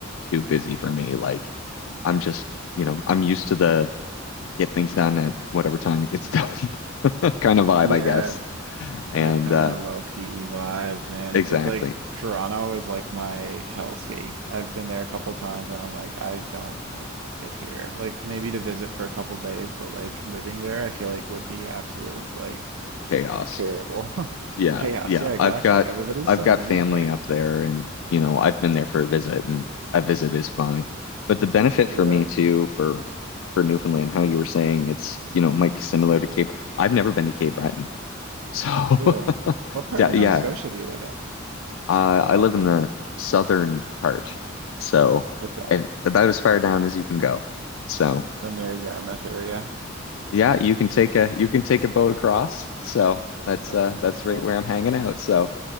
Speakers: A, on the left; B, on the right.
A: too busy for me. Like I'm just, you know, I'm used to the get things done at whatever time it gets done <laughs> kind of vibe,
B: Yeah,
A: I guess. And
B: that kind
A: uh
B: of low key vibe, man.
A: exactly.
B: It's like Toronto is like my hellscape. I've been there a couple times and I'm like, I don't like it here. Like maybe to visit for a couple days, but like living there, I feel like would be absolute like
A: Chaos.
B: terrible <laughs>
A: Yeah,
B: chaos.
A: yeah.
B: Yeah, exactly.
A: I've got
B: Everybody's
A: I've
B: so
A: got
B: mean
A: family
B: there.
A: up there and you know, I've been there for a visit and a visit is fine. But the benefit
B: Yeah,
A: for me too for for Newfoundland, how you were saying it's, you know, might be similar to Cape. I've never been to Cape Breton. So
B: really.
A: <laughs>
B: What part
A: da-
B: of
A: yeah,
B: Nova Scotia do you live in?
A: uh,
B: Like
A: I
B: roughly.
A: live in the southern part. So
B: Okay.
A: eh, about as far down as you can go. So
B: So near Yarmouth area.
A: yeah, you can take a you can take a boat across. So that's
B: Okay,
A: uh that's
B: cool.
A: right where I'm hanging out. So